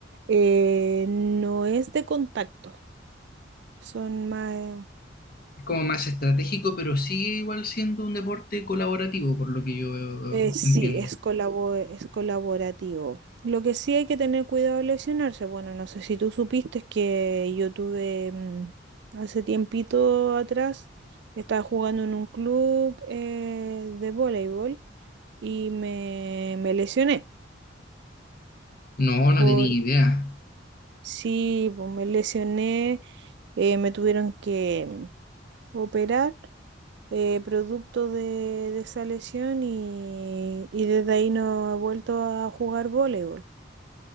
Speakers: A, on the right; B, on the left.
A: eh, no es de contacto, son más...
B: Es como más estratégico, pero sigue igual siendo un deporte colaborativo, por lo que yo eh,
A: Eh, sí,
B: entiendo.
A: es colabo- es colaborativo. Lo que sí hay que tener cuidado al lesionarse. Bueno, no sé si tú supiste que yo tuve mm, hace tiempito atrás, estaba jugando en un club eh, de voleibol y me, me lesioné.
B: No, no
A: Por,
B: tenía idea.
A: sí, pues me lesioné, eh, me tuvieron que mm, operar eh, producto de, de esa lesión y, y desde ahí no he vuelto a jugar voleibol.